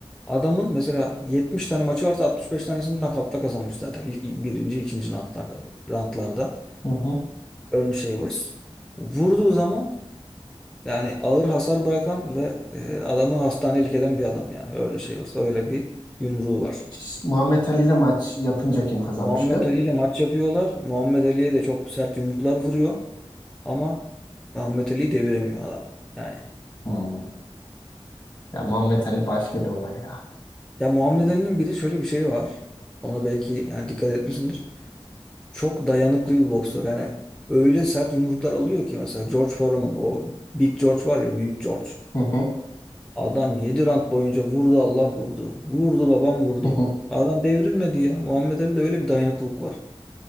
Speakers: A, in the centre; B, on the left.
A: adamın mesela 70 tane maçı varsa 65 tanesini nakavtla kazanmış zaten. İlk, ilk birinci, ikinci nakavtla roundlarda.
B: Hı hı.
A: Ernie Shavers. Vurduğu zaman yani ağır hasar bırakan ve e, adamı hastanelik eden bir adam yani Ernie Shavers. Öyle bir yumruğu var.
B: Ş- Muhammed Ali ile maç yapınca kim kazanmıştı?
A: Muhammed Ali ile maç yapıyorlar. Muhammed Ali'ye de çok sert yumruklar vuruyor. Ama Muhammed Ali deviremiyor adam. Yani
B: Hmm. Ya Muhammed Ali başka bir olay ya.
A: ya Muhammed Ali'nin bir de şöyle bir şey var. Ona belki yani dikkat etmişsindir. çok dayanıklı bir boksör. Yani öyle sert yumruklar alıyor ki mesela George Foreman o Big George var ya Büyük George.
B: Hı hı.
A: Adam 7 round boyunca vurdu Allah vurdu. Vurdu babam vurdu.
B: Hı hı.
A: Adam devrilmedi ya. Muhammed Ali'de öyle bir dayanıklılık var.